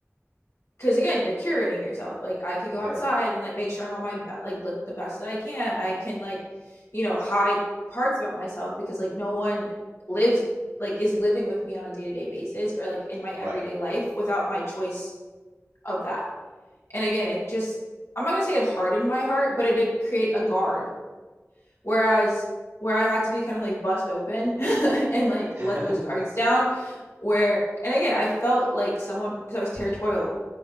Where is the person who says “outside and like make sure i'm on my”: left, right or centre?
Left